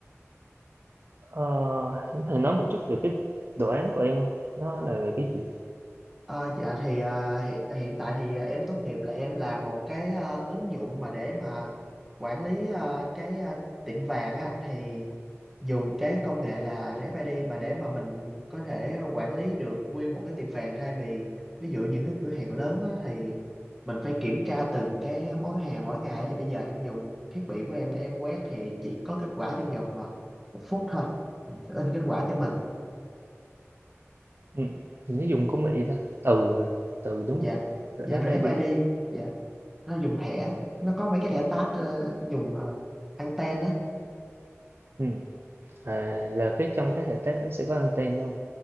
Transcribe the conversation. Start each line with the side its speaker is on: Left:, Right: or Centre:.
Right: Ờ, em có thể nói một chút về cái đồ án của em không nó là về cái gì
Centre: Ờ, dạ thì ờ, hiện, hiện tại thì ờ, em tốt nghiệp là em làm một cái ờ, ứng dụng mà để mà quản lý ờ, cái ờ, tiệm vàng á anh thì dùng cái công nghệ là RFID mà để mà mình có thể quản lý được nguyên một cái tiệm vàng thay vì ví dụ những cái cửa hàng lớn á, thì mình phải kiểm tra từng cái món hàng mỗi ngày thì bây giờ em dùng thiết bị của em để em quét thì chỉ có kết quả trong vòng mà một phút thôi mình sẽ in kết quả cho mình
Right: Ừm, mình dùng công nghệ gì ta? Từ hả? Từ, đúng
Centre: dạ
Right: hông? RFID.
Centre: dạ RFID dạ nó dùng thẻ nó có mấy cái thẻ tát ờ, dùng ờ, anten á
Right: Ừm, à, là cái trong cái hệ test nó sẽ có anten luôn.